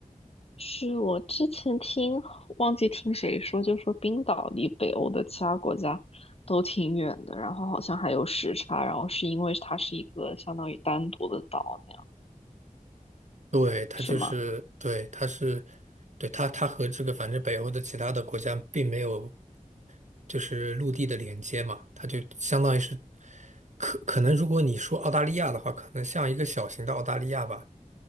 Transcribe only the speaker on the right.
对，它就是，
对，它是，对，它它和这个反正北欧的其他的国家并没有就是陆地的连接嘛，它就相当于是可可能如果你说澳大利亚的话，可能像一个小型的澳大利亚吧，